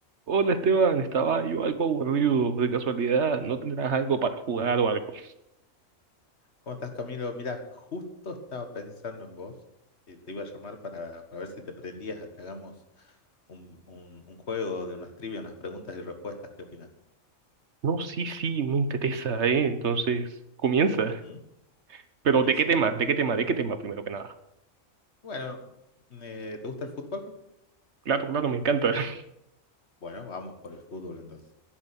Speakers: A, on the right; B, on the left.
A: Hola Esteban, estaba yo algo aburrido, de casualidad, ¿no tendrás algo para jugar o algo?
B: ¿Cómo estás, Camilo? Mira, justo estaba pensando en vos. eh, te iba a llamar para, para ver si te prendías a que hagamos un, un- un juego de unas trivias, unas preguntas y respuestas. ¿Qué opinas?
A: No, sí, sí, me interesa, ¿eh? Entonces, comienza.
B: Ujú,
A: Pero
B: Buenísimo.
A: ¿de qué tema? ¿De qué tema? ¿De qué tema primero que nada?
B: Bueno, eh, ¿te gusta el fútbol?
A: Claro, claro, me encanta. <laughs>
B: Bueno, vamos por el fútbol entonces.